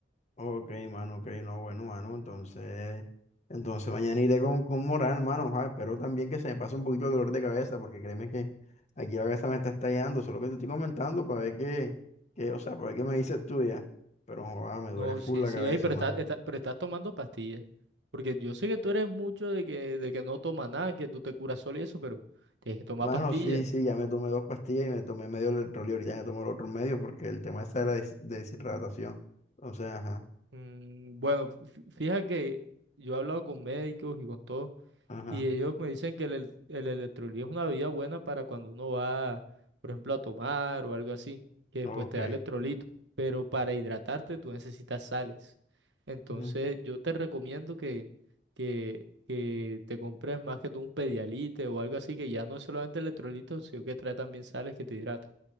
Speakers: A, on the left; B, on the right.
A: Ok, mano, ok, no, bueno, mano, entonces, entonces mañana iré con, con moral, mano, ojalá, pero también que se me pase un poquito el dolor de cabeza, porque créeme que aquí la cabeza me está estallando, solo que te estoy comentando para ver qué, qué, o sea, para ver qué me dices tú ya, pero joder, me
B: No,
A: duele full
B: sí,
A: la
B: sí,
A: cabeza,
B: ey, pero
A: mano.
B: estás, está- pero estás tomando pastillas. Porque yo sé que tú eres mucho de que, de que no tomas nada, que tú te curas solo y eso, pero tienes que tomar
A: Mano,
B: pastillas.
A: sí, sí, ya me tomé dos pastillas y me tomé medio electrolio, ahorita me tomo el otro medio porque el tema está de la des- deshidratación, entonces, ajá,
B: Mm, Bueno, fí- fíjate que yo he hablado con médicos y con todo
A: ajá,
B: y ellos me dicen que el, el el electrolí es una bebida buena para cuando uno va, por ejemplo, a tomar o algo así, que
A: ok.
B: pues te da electrolito, pero para hidratarte tú necesitas sales. Entonces,
A: ujú.
B: yo te recomiendo que, que, que te compres más que tú un Pedialite o algo así, que ya no es solamente electrolito, sino que trae también sales que te hidratan.